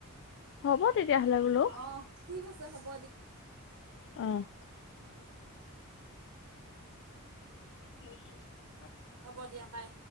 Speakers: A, on the left; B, on the right.
A: হ'ব তেতিয়াহ'লে বোলো,
B: অ ঠিক আছে হ'ব
A: অঁহ',।
B: উম।
A: <unintelligible>
B: হ'ব দিয়া বাই।